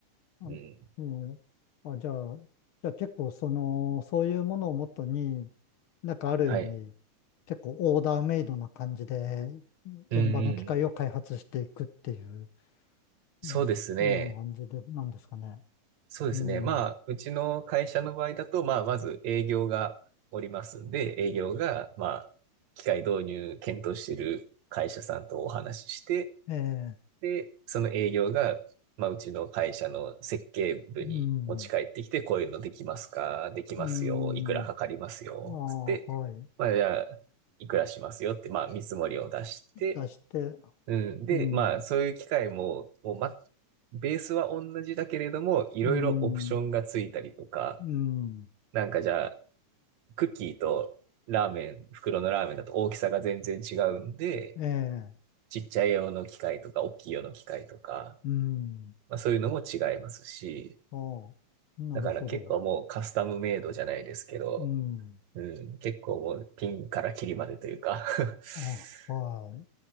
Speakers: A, on the left; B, on the right.
A: あ、
B: うん。
A: ええ、あ、じゃあ、じゃあ結構その、そういうものをもとに、なんかある意味、
B: はい。
A: 結構オーダーメイドな感じで、現場の機械を開発していくっていう。
B: うんうん。そうですね。
A: うん。な感じで、なんですかね。
B: そうですね。
A: うん。
B: まあ、うちの会社の場合だと、まあ、まず営業がおりますんで、営業が、まあ、機械導入検討している会社さんとお話しして、
A: ええ、
B: で、その営業が、まあ、うちの会社の設計部に持ち帰ってきて、
A: うん。
B: こういうのできますかできますよ。
A: うん。
B: いくらかかりますよ。
A: ああ、
B: つって、
A: はい。
B: まあ、じゃあ、いくらしますよって、まあ、見積もりを出して、
A: 出して、
B: うん。で、
A: うん。
B: まあ、そういう機械も、もう、ま、ベースは同じだけれども、いろいろオプションがついたりとか、
A: うん。うん。
B: なんかじゃあ、クッキーとラーメン、袋のラーメンだと大きさが全然違うんで、
A: ええ、
B: ちっちゃい用の機械とか、大きい用の機械とか、
A: うん。
B: まあそういうのも違いますし、
A: ああ、なるほど。
B: だから結構もうカスタムメイドじゃないですけど、
A: うん。
B: うん、結構もうピンからキリまでというか
A: あ、
B: <laughs>
A: は